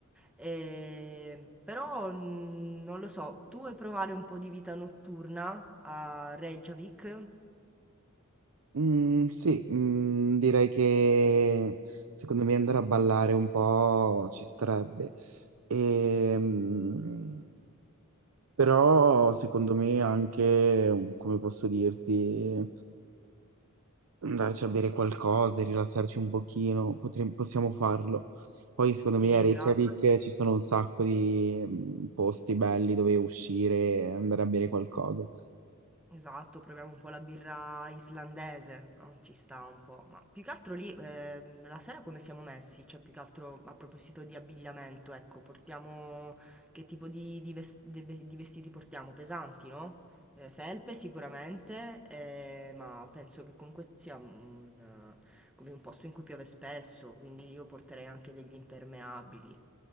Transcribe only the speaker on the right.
Mm, sì, mm, direi che secondo me andare a ballare un po' ci starebbe. E, mm, però secondo me anche, mm, come posso dirti, andarci a bere qualcosa e rilassarci un pochino, potre- possiamo farlo. Poi secondo
me a Reykjavik
ci sono un sacco di mm, posti belli dove uscire e andare a bere qualcosa.